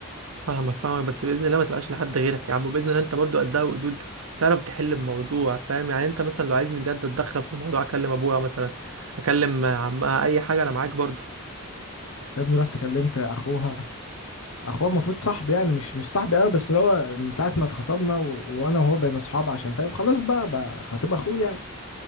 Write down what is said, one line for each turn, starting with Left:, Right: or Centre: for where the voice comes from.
Right: فاهمك فاهمك بس باذن الله ما تبقاش لحد غيرك يا عم باذن الله انت برضو قدها وقدود تعرف تحل الموضوع فاهم يعني انت مثلا لو عايزني بجد اتدخل في الموضوع اكلم ابويا مثلا اكلم عمها اي حاجه انا معاك برضو
Left: يا ابني رحت كلمت أخوها اخوه المفروض صاحبي يعني مش مش صاحبي قوي بس اللي هو من ساعه ما اتخطبنا و... وانا وهو بين اصحاب عشان فاهم خلاص بقى بقى خطيب اخوه يعني